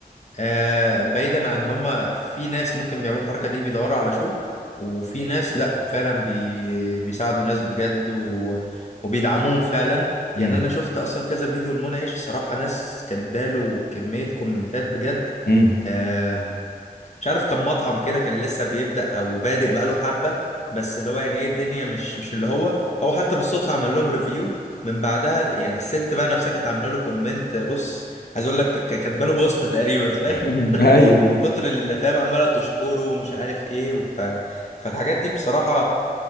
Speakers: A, on the left (about 45°); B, on the left (about 75°).
A: آه بعيدا عن ان هم في ناس ممكن بيعملوا الحركه دي بيدوروا على شو وفي ناس لا فعلا بي بيساعدوا ناس بجد و... وبيدعموهم فعلا
B: امم
A: يعني انا شفت اصلا كذا فيديو لمنعش الصراحه ناس كاتباله كميه كومنتات بجد
B: امم
A: آه مش عارف كان مطعم كده كان لسه بيبدأ او بادئ بقاله حبه بس اللي هو يعني ايه الدنيا مش مش اللي هو هو حتى بالصدفه عمل لهم ريفيو من بعدها يعني الست بقى نفسها كانت عامله له كومنت بص عايز اقول لك ك- كاتبه له بوست تقريبا
B: <laughs> ايوه
A: من كتر اللي فاهم عماله تشكره ومش عارف ايه وف... فالحاجات دي بصراحه